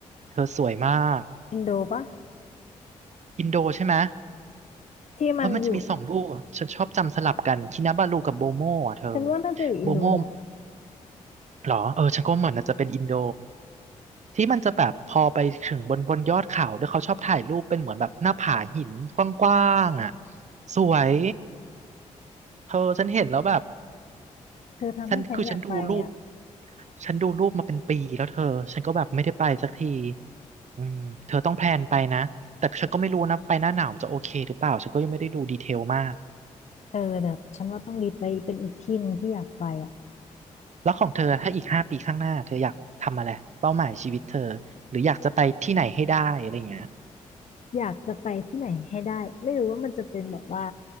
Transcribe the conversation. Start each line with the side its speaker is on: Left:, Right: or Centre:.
Right: เธอสวยมาก
Left: อินโดปะ
Right: อินโดใช่ไหม
Left: ที่มันอยู่
Right: เออมันจะมีสองลูกอะฉันชอบจำสลับกันคินาบาลูกับโบโมอ่ะเธอ
Left: ฉันว่าน่าจะอยู่อินโดนะ
Right: โบโม หรอเออฉันก็ว่าเหมือนอาจจะเป็นอินโดที่มันจะแบบพอไปถึงบนบนยอดเขาด้วยเขาชอบถ่ายรูปเป็นเหมือนแบบหน้าผาหินกว้างๆอ่ะสวยเธอฉันเห็นแล้วแบบ
Left: เธอทำให้ฉันอยากไปอ่ะ
Right: ฉันคือฉันดูรูปฉันดูรูปมาเป็นปีแล้วเธอฉันก็แบบไม่ได้ไปสักทีอืมเธอต้องแพลนไปนะแต่ฉันก็ไม่รู้นะไปหน้าหนาวมันจะโอเคหรือเปล่าฉันก็ยังไม่ได้ดูดีเทลมาก
Left: เออเดี๋ยวฉันว่าต้องลิสต์ไว้เป็นอีกที่หนึ่งที่อยากไปอ่ะ
Right: แล้วของเธอถ้าอีกห้าปีข้างหน้าเธออยากทำอะไรเป้าหมายชีวิตเธอหรืออยากจะไปที่ไหนให้ได้อะไรอย่างเงี้ย
Left: อยากจะไปที่ไหนให้ได้ไม่รู้ว่ามันจะเป็นแบบว่า